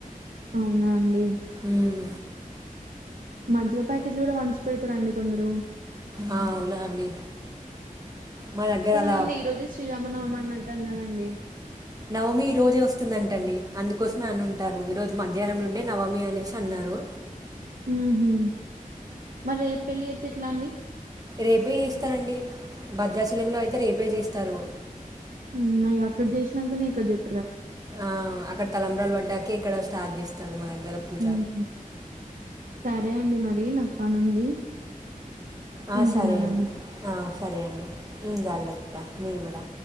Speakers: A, on the right (about 70°); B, on the right (about 25°).
A: అవునా అండి.
B: ఉమ్
A: మజ్జిగ ప్యాకెట్లు కూడా పంచి పెడతరా అండి. కొందరు,
B: ఆ, అవునా అండి మా దగ్గర
A: కొంతమంది
B: అలా
A: ఈరోజు శ్రీరామనవమి అన్ న్నట్టు అన్నారండి.
B: నవమి ఈ రోజే వస్తుందంటండి, అందుకోసమే అనుం అంటారు ఈ రోజు మధ్యాహ్నం నుండి నవమి అనేసి అన్నారు.
A: ఉహు. మరి రేపు పెళ్ళి చేత్తే ఎట్లా అండి?
B: రేపే చేస్తారండి భద్రాచలంలో అయితే రేపే చేస్తరు.
A: ఉమ్ ఇగ అక్కడ చేసినంకనే ఇక్కడ చేస్
B: ఆ అక్కడ తలంబ్రాలు పడ్డాక ఇక్కడ స్టార్ట్ చేస్తారు, మా దగ్గర పూజ
A: ఉమ్. సరే అండి మరి నాకు పని ఉంది.
B: ఆ
A: ఉంటున్నానండి
B: సరే అండి, ఆ సరే అండి. ఉమ్ జాగ్రత్త మీరు కూడా.